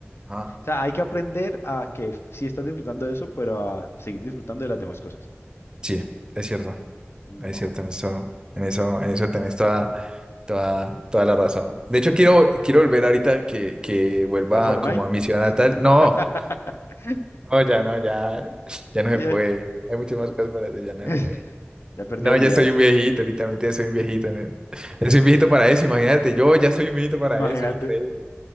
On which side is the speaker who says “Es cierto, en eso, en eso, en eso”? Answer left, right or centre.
Right